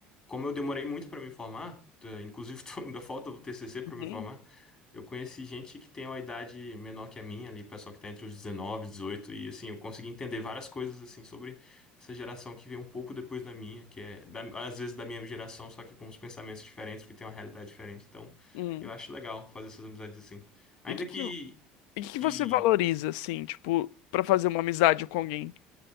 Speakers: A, on the left; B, on the left.
A: como eu demorei muito pra me formar, tá, inclusive <laughs> tô- ainda falta o TCC pra
B: Uhum,
A: me
B: uhum,
A: formar. Eu conheci gente que tem uma idade menor que a minha ali, pessoal que tá entre os 19, 18 e assim, eu consegui entender várias coisas assim sobre essa geração que veio um pouco depois da minha, que é da- às vezes da minha geração, só que com uns pensamentos diferentes, porque tem uma realidade diferente. Então,
B: uhum.
A: eu acho legal fazer essas amizades assim. Ainda
B: E que que,
A: que
B: e que que
A: que
B: você valoriza, assim, tipo, pra fazer uma amizade com alguém? O